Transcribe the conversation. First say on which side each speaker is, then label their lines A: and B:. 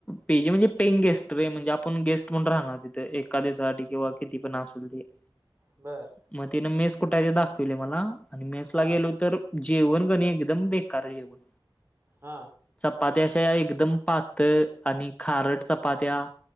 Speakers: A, on the left; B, on the right.
A: पीजी म्हणजे पेंईंग गेस्ट रे म्हणजे आपण गेस्ट म्हणून राहणार तिथ एक एका दिवसासाठी किंवा किती पण आसल ते.
B: बर.
A: मग तिनं मेस कुठ आहे ते दाखिवली मला आणि मेसला
B: हा
A: गेलो तर जेवण कनय एकदम बेकार जेवण.
B: हा.
A: चपात्या अशा एकदम पातळ आणि खारट चपात्या.